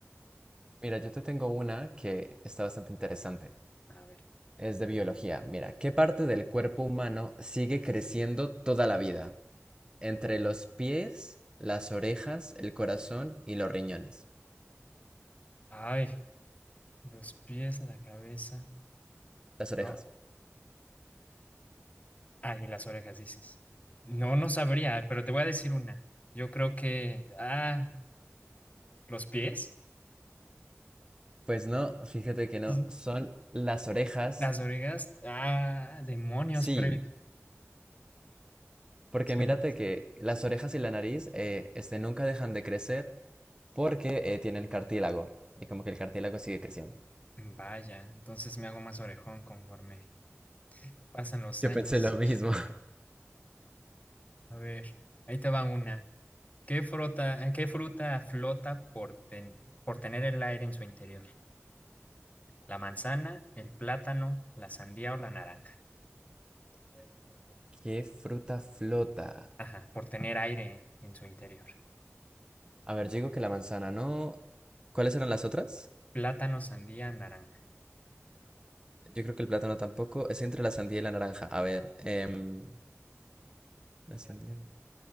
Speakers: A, on the right (about 20°); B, on the left (about 30°).
A: Mira, yo te tengo una que está bastante interesante.
B: A ver.
A: Es de biología. Mira, ¿qué parte del cuerpo humano sigue creciendo toda la vida? Entre los pies, las orejas, el corazón y los riñones.
B: Ay, los pies, la cabeza.
A: Las orejas.
B: No, Ay, las orejas, dices. No, no sabría, pero te voy a decir una. Yo creo que, ah, los pies,
A: Pues no, fíjate que no,
B: Sí.
A: son las orejas.
B: las orejas, ah, demonios,
A: Sí,
B: pero
A: porque
B: suena.
A: mírate que las orejas y la nariz eh, este, nunca dejan de crecer porque eh, tienen cartílago. Y como que el cartílago sigue creciendo.
B: Vaya, entonces me hago más orejón conforme pasan los
A: Yo
B: años.
A: pensé lo mismo.
B: A ver, ahí te va una. ¿Qué fruta, eh, qué fruta flota por ten- por tener el aire en su interior? ¿La manzana, el plátano, la sandía o la naranja?
A: <laughs> ¿Qué fruta flota?
B: Ajá, por tener aire en su interior.
A: A ver, yo digo que la manzana no. ¿Cuáles eran las otras?
B: Plátano, sandía, naranja.
A: Yo creo que el plátano tampoco. Es entre la sandía y la naranja. A ver, em, la sandía. no.